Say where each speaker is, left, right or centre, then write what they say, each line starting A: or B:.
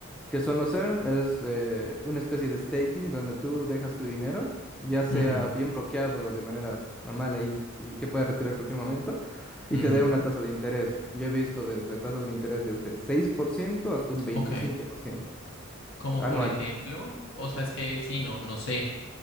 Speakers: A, in the centre; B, on the left.
A: que son los earn? Es eh, una especie de staking donde tú dejas tu dinero, ya sea
B: ujú,
A: bien bloqueado de manera normal ahí, eh, que pueda retirar cualquier momento, y
B: ujú.
A: te dé una tasa de interés. Yo he visto desde tasas de interés desde el 6% hasta un veinticinco
B: Ok.
A: por ciento
B: Como
A: anual.
B: por ejemplo, o sea, es que sí, no, no sé.